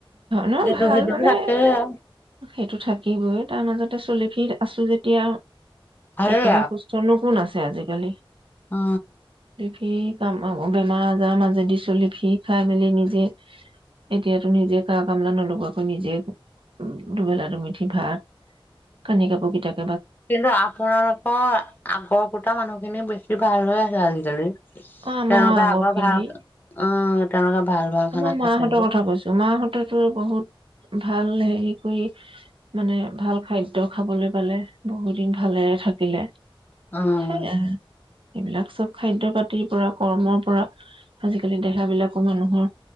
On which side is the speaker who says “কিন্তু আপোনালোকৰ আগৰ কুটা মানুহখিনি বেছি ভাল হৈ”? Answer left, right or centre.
Left